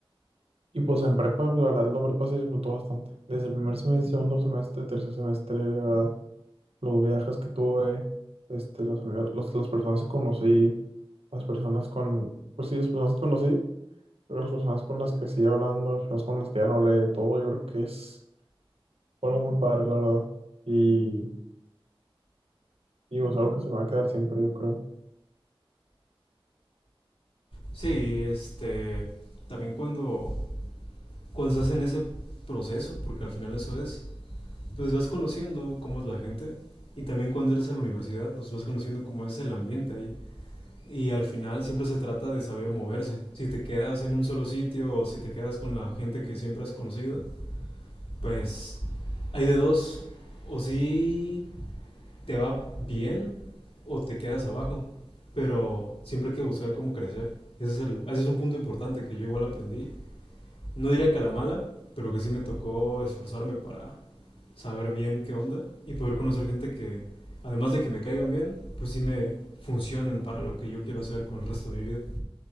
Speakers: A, on the right; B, on the left.
A: y, pues en prepa, la verdad la prepa se disfrutó bastante. Desde el primer semestre, segundo semestre, tercer semestre, la verdad, los viajes que tuve, este, los amigos, los- las personas que conocí, las personas con, pues sí, las personas que conocí. Pero las personas con las que sigue hablando, las personas con las que ya no hablé, todo, yo creo que es Fue algo muy padre, la verdad. Y, y es algo que se me va a quedar siempre, yo creo.
B: Sí, este, también cuando, cuando estás en ese proceso, porque al final eso es, pues vas conociendo cómo es la gente y también cuando eres a la universidad, pues vas conociendo cómo es el ambiente ahí. Y al final siempre se trata de saber moverse. Si te quedas en un solo sitio o si te quedas con la gente que siempre has conocido, pues hay de dos. O si te va bien o te quedas abajo. Pero siempre hay que buscar cómo crecer. Ese es, el, ese es un punto importante que yo igual aprendí no diría que a la mala, pero que sí me tocó esforzarme para saber bien qué onda y poder conocer gente que, además de que me caigan bien, pues sí me funcionen para lo que yo quiero hacer con el resto de mi vida.